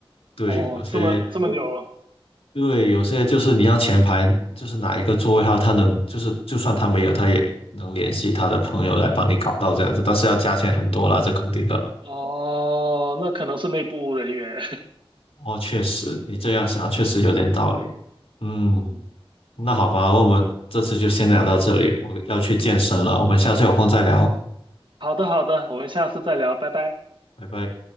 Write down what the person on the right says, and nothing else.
哦，
这么这么牛，
哦，那可能是内部人员，
<laughs> 嗯，
好的好的，我们下次再聊，拜拜。